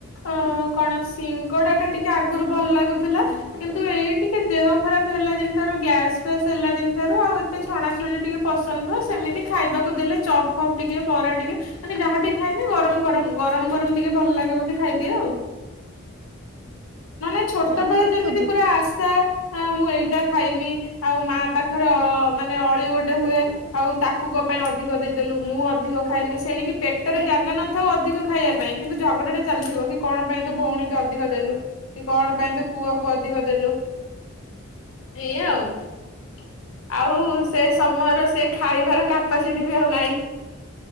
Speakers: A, on the left; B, on the right.
A: ହଁ କଣ ସିଙ୍ଗଡା ଟା ଟିକେ ଆଗରୁ ଭଲ ଲାଗୁଥିଲା କିନ୍ତୁ ଏଇ ଟିକେ ଦେହ ଖରାପ ହେଲା ଦିନ ଠାରୁ ଗ୍ୟାସ ଫ୍ୟାସ ହେଲା ଦିନ ଠାରୁ ଆଉ ଏ ସେ ଛଣା ଛଣି ଟିକେ ପସନ୍ଦ ନୁହଁ ସେମିତି ଖାଇବାକୁ ଦେଲେ ଚପ୍ ଫପ୍ ଟିକେ ବରା ଟିକେ ମାନେ ଯାହାବି ଖାଇମି ଗରମ ଗରମ ଗରମ ଗରମ ଟିକେ ଭଲ ଲାଗେ ବୋଲି ଖାଇଦିଏ ଆଉ। ମାନେ ଛୋଟବେଳେ
B: ଆଚ୍ଛା ଆଚ୍ଛା ମାନେ
A: ଯେମିତି
B: ବୁଝିଲି
A: ପୁରା ଆଶା ଆଁ ମୁଁ ଏଇଟା ଖାଇମି ଆଉ ମା ପାଖରେ ଅ ମାନେ ଅଳି ଗୋଟେ ହୁଏ ଆଉ ତା ତାକୁ ଙ୍କ ପାଇଁ ଅଧିକ ଦେଇଦେଲୁ ମୁଁ ଅଧିକ ଖାଇମି ସେଣିକି ପେଟରେ ଜାଗା ନଥାଉ ଅଧିକ ଖାଇବା ପାଇଁ କିନ୍ତୁ ଝଗଡା ଟା ଚାଲିଥିବ କି କଣ ପାଇଁ ତୁ ଭଉଣୀ କି ଅଧିକ ଦେଲୁ। କି କଣ ପାଇଁ ତ ପୁଅକୁ ଅଧିକ ଦେଲୁ। ଏଇଆ ଆଉ ଆଉ ସେ ସମୟର ସେ ଖାଇବାର କାର୍ପାସିଟି ବି ଆଉ ନାହିଁ।